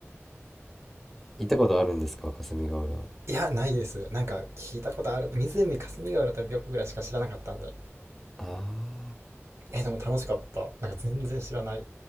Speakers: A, in the centre; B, on the right (about 70°).
A: 行ったことあるんですか、霞ヶ浦。
B: いや、ないです。なんか聞いたことある。湖霞ヶ浦と琵琶湖ぐらいしか知らなかったんで。
A: あ
B: え、でも楽しかった。なんか全然知らない。